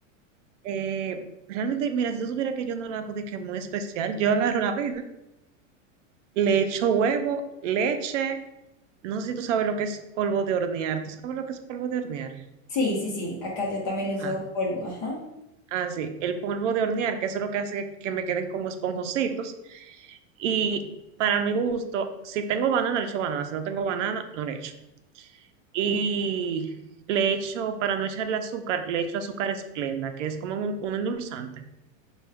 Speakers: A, on the right (about 70°); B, on the left (about 25°).
A: Eh, realmente, mira, si tú supieras que yo no la hago de que muy especial, yo agarro la avena, le echo huevo, leche, no sé si tú sabes lo que es polvo de hornear, ¿tú sabes lo que es polvo de hornear?
B: Sí, sí, sí, acá yo también uso
A: Ah,
B: polvo, ajá.
A: ah, sí, el polvo de hornear, que eso es lo que hace que me queden como esponjositos. Y para mi gusto, si tengo banana, le echo banana. Si no tengo banana, no le echo. Y le echo, para no echarle azúcar, le echo azúcar esplenda, que es como un, un endulzante.